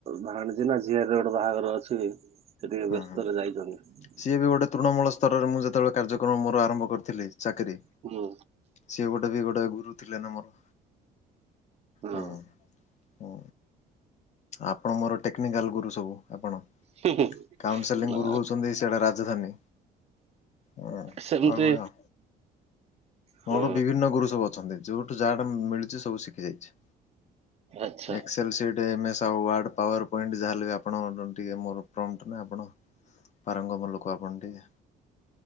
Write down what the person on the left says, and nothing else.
ହୁଁ
ହୁଁ
ସିଏ ବି ଗୋଟେ ତୃଣମୂଳ ସ୍ତରରେ ମୁଁ ଯେତେବେଳେ କାର୍ଯ୍ୟକ୍ରମ ମୋର ଆରମ୍ଭ କରିଥିଲି ଚାକିରି।
ସିଏ ଗୋଟେ ବି ଗୋଟେ ଗୁରୁ ଥିଲେ ନା ମୋର।
ହୁଁ ହୁଁ ଆପଣ ମୋର ଟେକ୍ନିକାଲ ଗୁରୁ ସବୁ ଆପଣ।
କାଉନସେଲିଂ
ଗୁରୁ ହେଉଛନ୍ତି ସେଆଟା ରାଜଧାନୀ। ଓ ଆଉ
ଭଳିଆ
ମୋର ବିଭିନ୍ନ ଗୁରୁ ସବୁ ଅଛନ୍ତି ଯୋଉଠୁ ଯାହାଟା ମିଳୁଛି ସବୁ ଶିଖି ଯାଇଛି।
Excel sheet MS. Word PowerPoint ଯାହାହଲେ ବି ଆପଣ ଟିକେ ମୋର ପ୍ର ଆପଣ ପାରଙ୍ଗମ ଲୋକ ଆପଣ ଟିକେ।